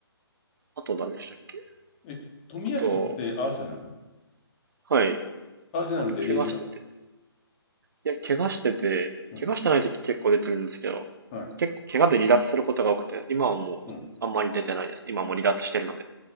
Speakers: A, on the right (about 55°); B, on the left (about 30°).
A: あと何でしたっけ
B: ー、え、冨安ってアーセナル
A: あと、はい。
B: アーセナルでレギュラー。
A: あんま怪我してて。いや、怪我してて、
B: うん。
A: 怪我してない時結構出てるんですけど、
B: はい。
A: 結構怪我で離脱することが多くて、今はもう、
B: うん
A: あんまり出てないです。今はもう離脱してるので。